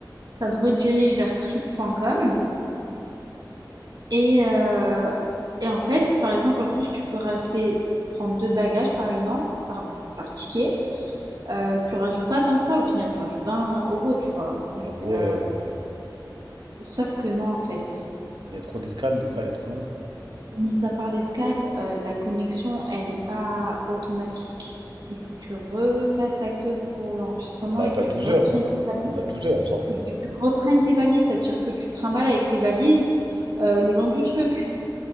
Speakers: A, on the right; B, on the right.
A: Ça te redirige vers trip.com. Et, euh, et en fait, si par exemple, en plus, tu peux rajouter, prendre deux bagages par exemple, par, par ticket, euh, tu rajoutes pas tant que ça au final, tu rajoutes 20 euros, tu vois. Donc,
B: Ah ouais.
A: euh, sauf que non, en fait,
B: Il y a trop d'escales, l'escale
A: c'est-
B: est trop longue.
A: mis à part l'escale, euh, la connexion, elle n'est pas automatique. Il faut que tu refasses la queue pour l'enregistrement
B: Bah
A: et
B: t'as
A: que tu
B: 12
A: reprennes
B: heures.
A: tes valises.
B: On a douze heures, on s'en fout.
A: Et que tu reprennes tes valises, ça veut dire que tu te trimbales avec tes valises euh, le long du truc.